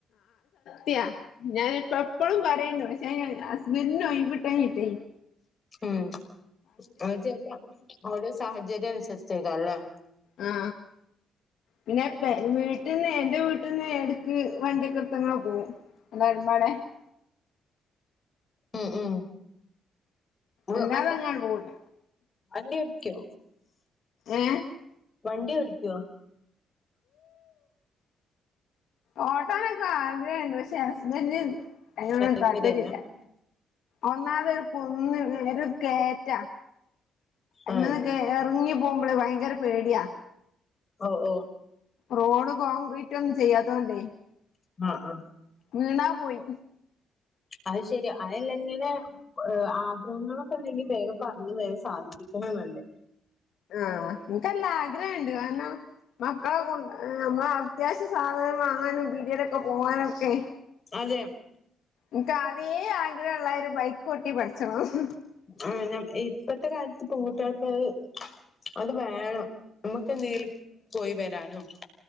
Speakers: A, on the left; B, on the left.
A: ത്യാ ഞാനിപ്പം എപ്പളും പറയുന്നു ക്ഷേ ഹസ്ബെന്റിന് ഒഴിവിട്ടാഞ്ഞിട്ടെ
B: ഉം അത് ചെലപ്പോ ഓരോ സാഹചര്യം അനുസരിച്ചേക്കാരല്ലേ
A: ആ പിന്നെ പെ വീട്ടിന്നെ എന്റെ വീട്ടിന്നെ എട്ക്ക് വണ്ടിക്കെടുത്തങ്ങനെ പോവും <unintelligible>
B: ഉം ഉം വ്വ്
A: അല്ലാതങ്ങാട്
B: വണ്ടി
A: പോവൂല
B: വണ്ടി ഓടിക്കോ
A: ഏ
B: വണ്ടി ഓടിക്കുവോ
A: ഓട്ടാനൊക്കെ ആഗ്രഹണ്ട് പക്ഷെ ഹസ്ബെന്റ് അയിനൊട്
B: താല്പര്യല്ല
A: താല്പര്യയില്ല ഒന്നാത് ഒരു കുന്ന് ഒരു കേറ്റ അങ്ങനൊക്കെ
B: ആഹ്
A: എറങ്ങി പോകുമ്പളേ ഭയങ്കര പേടിയാ
B: ഓ ഓ
A: റോഡ് കോൺക്രീറ്റ് ഒന്നും ചെയ്യാത്തോണ്ടേ
B: ആ ആ
A: വീണാ പോയി
B: അയ് ശെരി അയ് അല്ലെങ്കിലെ ഏ ആഗ്രഹങ്ങളൊക്കെ ഇണ്ടെങ്കി വേഗം പർഞ്ഞ് വേം സാധിപ്പി അതാ നല്ലെ
A: ആ ഇൻക്ക് അല്ല ആഗ്രഹം ഇണ്ട് കാര്ണം മക്കളെ കൊണ്ട് ഏ അമ്മളെ അത്യാവ്ശ്യ സാധനം വാങ്ങാനും പീഡെലൊക്കെ പോവാനൊക്കെ
B: അതെ
A: ഇൻക്ക് ആതേ ആഗ്രഹം ഇള്ളെയ് ഒര് ബൈക്കോട്ടി പഠിച്ചെണംന്ന്
B: ആ ഞാം ഇപ്പഴ്ത്ത് കാൽത്ത് പെങ്കുട്ടാൾക്ക് അയ് അത് വേണം നമ്മ്ക്ക് എന്തെലും പോയി വെരാനും